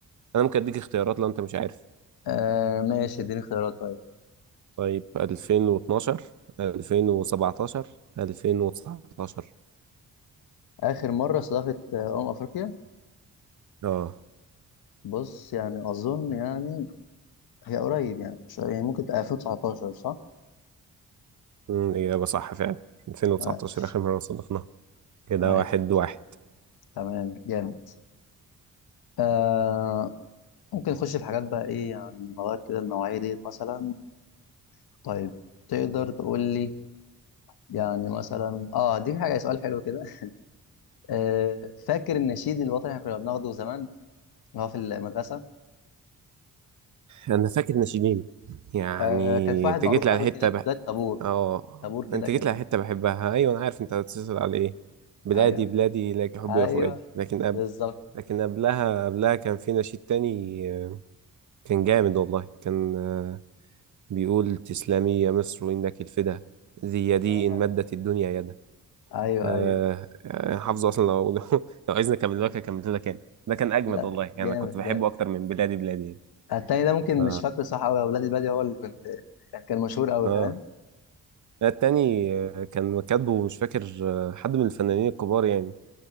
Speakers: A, on the right; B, on the left.
A: أنا ممكن أديك اختيارات لو أنت مش عارف
B: آه ماشي اديني خيارات طيب
A: طيب 2012 2017 2019
B: اخر مره استضافت آه، امم افريقيا
A: اه
B: بص يعني اظن يعني هي قريب يعني مش يعني ممكن تبقى 2019 صح
A: مم، إجابة صح فعلا 2019
B: عايش
A: آخر مرة استضفناها كده
B: عايش
A: واحد
B: عايش.
A: واحد
B: تمام جامد آه ممكن نخش في حاجات بقى ايه يعني نغير كده النوعيه ديت مثلا طيب تقدر تقول لي يعني مثلا اه دي حاجه سؤال حلو كده <laughs> آه فاكر النشيد الوطني اللي احنا كنا بناخده زمان هو في المدرسه
A: انا فاكر ناشئين يعني
B: آه كان في واحد
A: انت
B: معروف
A: جيت لي
B: قوي
A: على حته
B: كده في
A: بح...
B: بدايه طابور
A: اه
B: طابور كده
A: انت
B: كان
A: جيت لي على حته بحبها ايوه انا عارف انت هتتصل على ايه بلادي
B: ايوه
A: بلادي لك حبي
B: ايوه
A: يا فؤادي لكن قبل
B: بالظبط
A: لكن قبلها قبلها كان في نشيد تاني آه، كان جامد والله كان آه، بيقول تسلمي يا مصر انك الفدا ذي يدي
B: آه.
A: ان مدت الدنيا يدا
B: ايوه
A: آه،
B: ايوه
A: آه، حافظه اصلا لو <laughs> لو لو عايزني اكمل لك اكمل لك يعني ده كان اجمد
B: لا
A: والله يعني
B: جامد
A: انا كنت بحبه
B: جامد
A: اكتر من بلادي بلادي يعني.
B: التاني ده ممكن
A: ف
B: مش فاكره صح قوي اولاد البادي هو اللي كنت يعني كان مشهور قوي
A: اه
B: فاهم
A: لا التاني آه، كان كاتبه مش فاكر آه، حد من الفنانين الكبار يعني